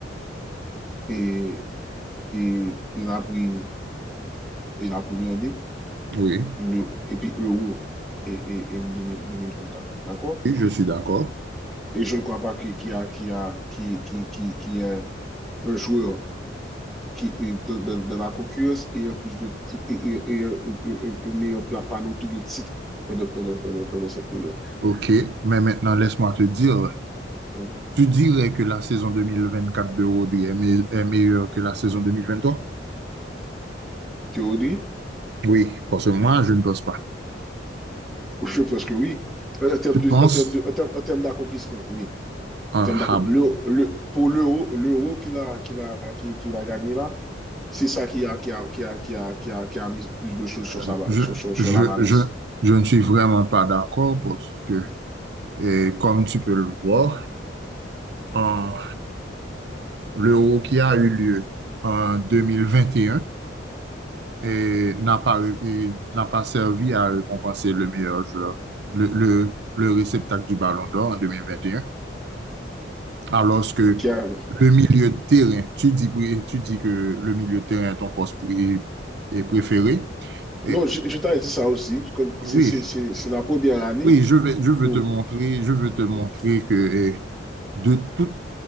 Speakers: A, in the centre; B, on the right.
A: Et, et il a pris et la première année,
B: oui,
A: le, et puis Euro et, et, et 2000 2024. D'accord?
B: oui, je suis d'accord.
A: Et je ne crois pas qu'il y a, qu'il y a, qu'il- qu'il- qu'il- qu'il y a un joueur qui, de, de- de la concurrence et euh, plus de, ti- et, et- et, euh, une une meilleure pla- panoplie de titres pendant, pendant- pendant- pendant cette période.
B: OK, mais maintenant, laisse-moi te dire,
A: Mhm.
B: tu dirais que la saison 2024 de Rodri est, me- est meilleure que la saison deux mille vingt-trois
A: Théorie,
B: Oui, parce que moi, je ne pense pas.
A: <laughs> je pense que oui. En termes
B: Tu
A: de,
B: penses?
A: en termes de, en termes, en termes d'accomplissement, oui.
B: Ah,
A: En termes d'accomplissement,
B: ah bon.
A: le, le- pour l'euro, l'euro qu'il a, qu'il a, qu'il qu'il a gagné là, c'est ça qui a, qui a, qui a, qui a, qui a, qui a mis plus de choses sur
B: Euh,
A: sa, ba-
B: je,
A: sur, sur, sur
B: je,
A: la balance.
B: je, je ne suis vraiment pas d'accord parce que, eh, comme tu peux le voir, en, l'Euro qui a eu lieu en 2021 et un et n'a pas, et n'a pas servi à récompenser le meilleur joueur, le, le, le réceptacle du Ballon d'Or en 2021, alors que
A: Qui a-
B: le milieu de terrain, tu dis, pré- tu dis que le milieu de terrain est ton poste pré- est préféré. Et
A: non, je, je t'avais dit ça aussi. Comme c'est
B: oui,
A: c'est- c'est- c'est la première année
B: oui, je vais, je veux
A: où.
B: te montrer, je veux
A: Mhm,
B: te montrer que eh, de toute,